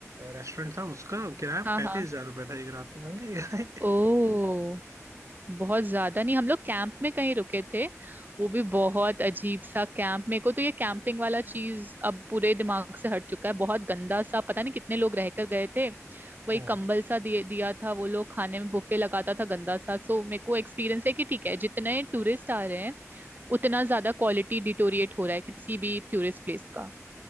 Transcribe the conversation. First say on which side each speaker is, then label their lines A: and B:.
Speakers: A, on the right; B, on the right.
A: रेस्टोरेंट था उसका किराया
B: हाँ
A: पैंतीस
B: हाँ
A: हजार रुपये था एक रात का महंगा ही
B: ओ बहुत ज्यादा नहीं हम लोग कैंप में कहीं रुके थे वो भी बहुत अजीब सा कैंप मेरे को तो ये कैंपिंग वाला चीज अब पूरे दिमाग से हट चुका है बहुत गंदा सा पता नहीं कितने लोग रहकर गए थे वही
A: है।
B: कंबल
A: <laughs>
B: सा दिए दिया था वो लोग खाने में बुफे लगाता था गंदा सा सो मेरे को एक्सपीरियंस है कि ठीक है जितने टूरिस्ट आ रहे हैं उतना ज्यादा क्वालिटी डिटोरिएट हो रहा है किसी भी टूरिस्ट प्लेस का